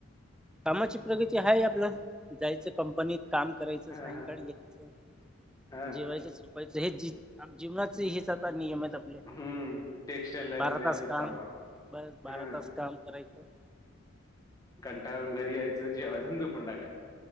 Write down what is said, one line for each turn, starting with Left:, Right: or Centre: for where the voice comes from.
Centre: कामाची प्रगती हाय आपलं जायचं कंपनीत काम करायचं
Left: हां,
Centre: सायंकाळी
Left: हां.
Centre: यायचं.
Left: हां.
Centre: जेवायचं झोपायचं हे ज जीवनाचे हेच आता नियम आहेत आ ले
Left: हं. टेक्सटाईल लॅबमध्ये
Centre: बारा तास
Left: असंच
Centre: काम
Left: चालणार.
Centre: ब बारा
Left: हां.
Centre: तास काम करायचं.
Left: कंटाळून घरी यायचं जेवायचं अन् जोपून टाकायचं.